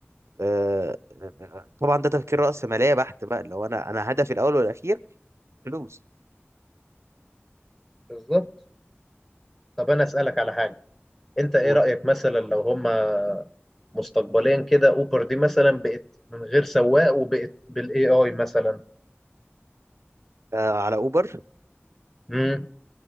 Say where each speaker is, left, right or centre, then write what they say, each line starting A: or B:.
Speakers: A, on the right; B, in the centre.
A: آه طبعا ده تفكير رأسمالية بحت بقى لو انا انا هدفي الاول والاخير فلوس
B: بالظبط طب انا اسالك على حاجه انت ايه
A: قول
B: رايك مثلا لو هما مستقبليا كده اوبر دي مثلا بقت من غير سواق وبقت بالاي اي مثلا
A: آه على اوبر
B: امم